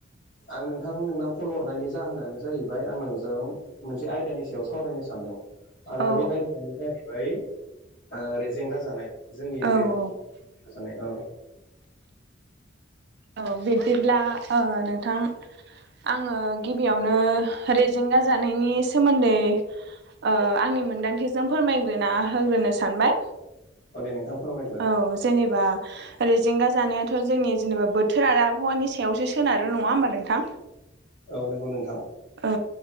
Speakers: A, on the left (about 50°); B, on the right (about 55°).
A: आं नोंथां नोंनाव कल हरनायनि जाहोनानो जाहैबाय आं नोंजों मोनसे आयदानि सायाव सावरायनो सानदों। आरो
B: औ
A: बे आयदायानो जाहैबाय ओ रेजेंगा जानाय जोंनि
B: औ
A: रे
B: औ
A: गा जानाय ओ
B: औ बिब्दिब्ला ओ नोंथां आङो गिबियावनो रेजेंगा जानायनि सोमोन्दै ओ आंनि मोन्दांथिजों फोरमायग्रोना होग्रोनो सानबाय।
A: औ दे नोंथां फोरमायग्रो
B: औ जेनेबा जेंगा जानायाथ' जोंनि जेनेबा बोथोर आरो आबहावानि सायावसो सोनारो नङा होमबा नोंथां?
A: औ नंगौ नोंथां
B: औ